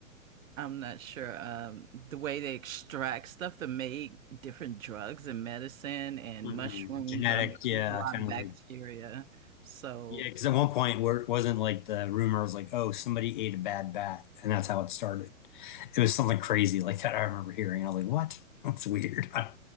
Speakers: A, on the right; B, on the left.
A: I'm not sure um the way they extract stuff to make different drugs and medicine and
B: hmm
A: mushrooms.
B: Genetic,
A: I mean,
B: yeah,
A: there's a lot
B: kind
A: of bacteria.
B: of like
A: So,
B: Yeah, because at one point where it wasn't like the rumor was like, oh, somebody ate a bad bat, and that's how it started. It was something crazy like that. I remember hearing. I was like, what? That's weird. <laughs> I,